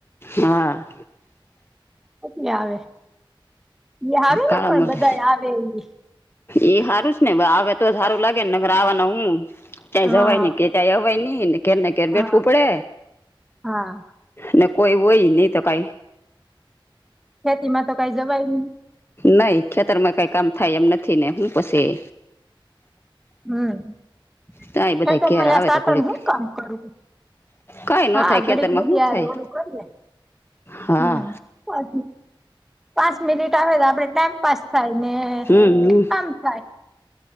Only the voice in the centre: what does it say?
પટલી આવે એ હારું
ને પણ
બધા આવે ઈ
હા
હા
હા
ખેતીમાં તો કઈ જવાય ની.
હમ્મ <unintelligible>
સાઠ
હું કામ કરું
હા
ઘડીક
બધી
હરે
ઓધું કરીએ
હમ્મ પા પાંચ મિનિટ આવે તો આપડ ટાઈમ પાસ થાય ને
આમ થાય